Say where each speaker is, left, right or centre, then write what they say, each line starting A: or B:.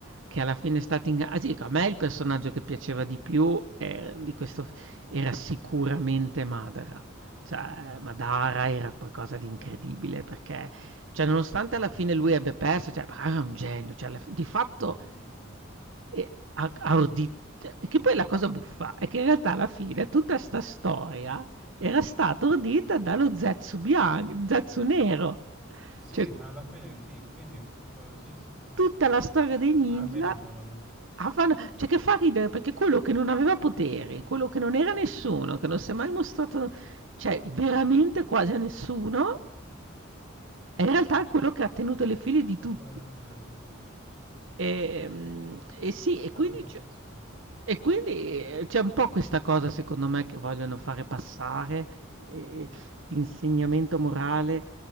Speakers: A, on the right; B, in the centre.
A: che alla fine è stata inga ah, ti dico, a me il personaggio che piaceva di più, ehm, di questo f era sicuramente Madara. Cioè,
B: ma,
A: eh, Madara
B: eh,
A: era qualcosa di incredibile perché, cioè, nonostante
B: sto bene,
A: alla fine lui abbia perso, cioè, Madara era un genio, cioè, alla f di fatto,
B: ma da Lucia.
A: ehm, ha ha ordi cioè, che poi la cosa buffa è che in realtà alla fine tutta 'sta storia era stata ordita dallo Zetsu bian Zetsu nero.
B: Sì,
A: Cioè
B: alla fine sì, quindi è tutto sì, sì, sì,
A: Tutta
B: sì, sì.
A: la storia dei ninja
B: Alla fine a mano tutti.
A: a fan cioè che fa ridere perché quello che non aveva poteri, quello che non era nessuno, che non si è mai mostrato, cioè veramente quasi a nessuno e in
B: Sì,
A: realtà è quello che ha tenuto le file di tutti.
B: è quello che te lo definito tutto. Sì, sì,
A: Ehm,
B: sì, sì.
A: e sì, e quindi
B: Una cosa
A: c'è
B: impressionante.
A: e quindi, ehm, c'è un po' questa cosa secondo me che vogliono fare passare, ehm, di insegnamento morale,